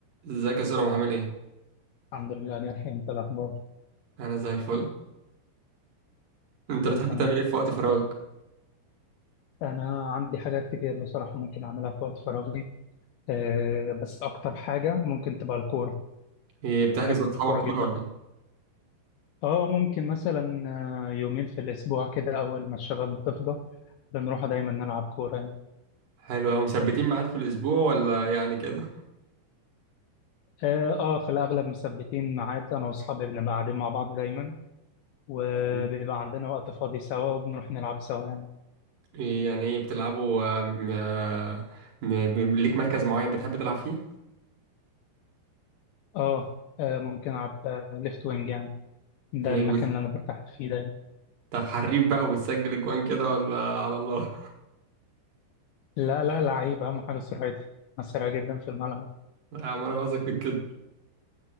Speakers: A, on the right; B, on the left.
A: ازيك يا سورة عامل ايه؟
B: الحمد لله أنا الحين أنت الأخبار
A: انا زي الفل انت
B: كله
A: بتحب
B: تمام
A: تعمل ايه في وقت فراغك؟
B: أنا عندي حاجات كتير بصراحة ممكن أعملها في وقت فراغي أه بس أكتر حاجة ممكن تبقى الكورة
A: ايه بتحجز
B: بحب
A: مع اصحابك
B: الكورة جدا
A: كورة ولا ايه؟
B: أه ممكن مثلا آه، يومين في الأسبوع كده أول ما الشباب بتفضى بنروح دايما نلعب كورة يعني
A: حلو اوي مثبتين ميعاد في الاسبوع ولا يعني كده؟
B: أه آه، في الأغلب مثبتين ميعاد أنا وأصحابي بنبقى قاعدين مع بعض دايما وبيبقى
A: مم.
B: عندنا وقت فاضي سوا وبنروح نلعب سوا يعني
A: ايه يعني ايه بتلعبوا آه، م... آه، م... ب- ليك مركز معين بتحب تلعب فيه؟
B: أه آه، ممكن ألعب آه ليفت وينج يعني ده
A: ايه
B: المكان
A: وت-
B: اللي أنا برتاح فيه دايما
A: طب حريف بقى وبتسجل اجوان كده ولا على الله؟
B: لا لا لعيب أهم حاجة سرعتي أنا سريع جدا في الملعب
A: <laughs> يا عم انا واثق فيك كده